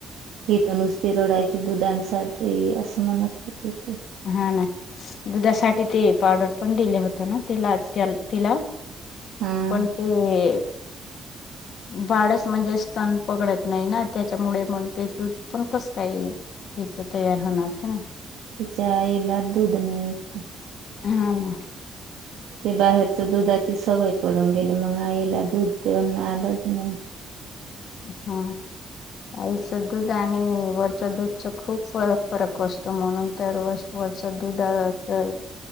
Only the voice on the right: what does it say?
ही तर नुसती रडायची दुधांसाठी असं म्हणत होत होते
हा
विच्याईला दूध नाही येत
ते बाहेरच दुधाची सवय पडून गेले मग आईला दूध पिण आलंच नाही